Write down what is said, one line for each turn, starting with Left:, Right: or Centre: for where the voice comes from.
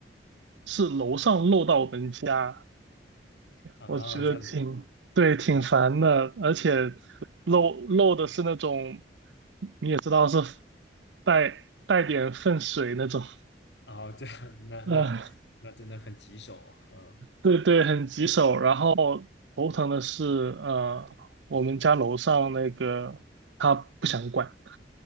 Right: 是楼上漏到我们家，
Left: 啊，
Right: 我觉得挺，
Left: 这样子啊，
Right: 对，挺烦的，
Left: 啊，
Right: 而且漏漏的是那种，你也知道是带带点粪水那种，
Left: 哦，这样，那那那真的很棘手，
Right: 呃，
Left: 嗯
Right: 对对，很棘手。然后头疼的是，呃，我们家楼上那个他不想管，